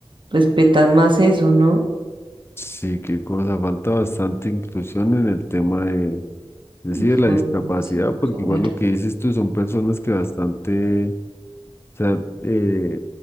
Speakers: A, on the right (about 55°); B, on the left (about 25°).
A: respetan más eso, ¿no?
B: Sí, qué cosa, falta bastante inclusión en el tema de
A: Información,
B: Sí, de la discapacidad, porque
A: claro.
B: igual lo que dices tú son personas que bastante, o sea, eh,